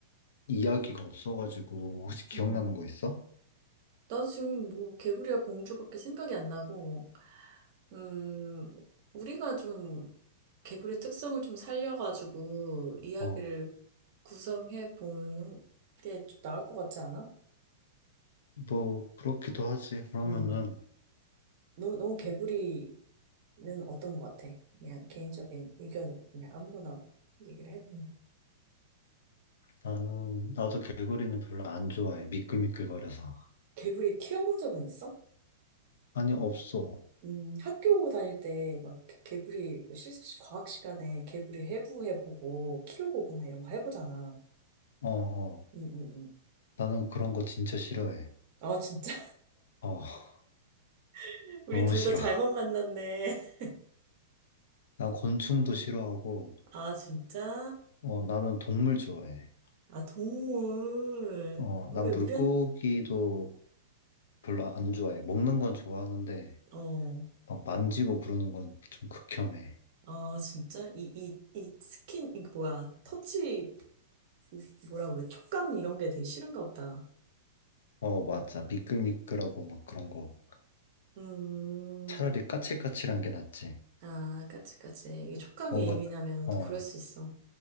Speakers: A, on the left; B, on the right.
A: 이야기가 없어가지고 혹시 기억나는
B: 음.
A: 거 있어?
B: 나도 지금 뭐 개구리와 공주밖에 생각이 안 나고, 음, 우리가 좀 개구리 특성을 좀 살려가지고 이야기를
A: 어,
B: 구성해 보는 게 나을 것 같지 않아?
A: 뭐 그렇기도 하지. 그러면은
B: 음, 너, 넌 개구리는 어떤 것 같아? 그냥 개인적인 의견을 그냥 아무거나 얘기를 해보면.
A: 나는 나도 개구리는 별로 안 좋아해. 미끌미끌거려서.
B: 개구리 키워본 적은 있어?
A: 아니 없어.
B: 음, 학교 다닐 때 막 개구리 실 과학 시간에 개구리 해부해보고 키워보고 막 이런 거 해보잖아.
A: 어, 어.
B: 응, 응, 응.
A: 나는 그런 거 진짜 싫어해.
B: 어, 진짜?
A: 어, <laughs>
B: <laughs> 우리
A: 너무
B: 둘
A: 싫어.
B: 다 잘못 만났네. <laughs>
A: 난 곤충도 싫어하고,
B: 아, 진짜?
A: 어, 나는 동물 좋아해.
B: 아, 동물.
A: 어,
B: 어,
A: 난
B: 왜 우리한,
A: 물고기도 별로 안 좋아해. 먹는 건 좋아하는데,
B: 어,
A: 막 만지고 그러는 건 좀 극혐해.
B: 아, 진짜? 이, 이, 이 스킨, 이 뭐야. 터치, 이 뭐라 그래. 촉감 이런 게 되게 싫은가 보다.
A: 어, 맞아. 미끌미끌하고 막 그런 거.
B: 음,
A: 차라리 까칠까칠한 게 낫지.
B: 아, 까치, 까치. 이게 촉감이
A: 뭔가,
B: 예민하면
A: 어,
B: 또 그럴 수 있어.